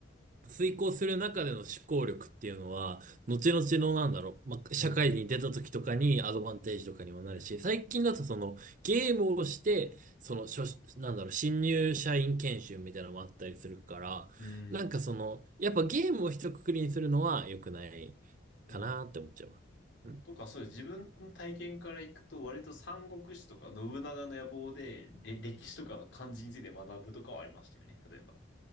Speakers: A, on the right; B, on the left.
A: 遂行する中での思考力っていうのは、後々のなんだろう、まあ、
B: うん、
A: 社会に出た時とかにアドバンテージとかにもなるし、
B: うん、
A: 最近だとそのゲームをして、その初、なんだろう、新入社員研修みたいなのもあったりするから、
B: うん、
A: なんかその、やっぱゲームを一括りにするのは良くないかなって思っちゃうわ。
B: うん。
A: うん
B: とか、そうです。自分の体験からいくと、割と三国志とか信長の野望で、れ歴史とか漢字について学ぶとかはありましたよね、例えば。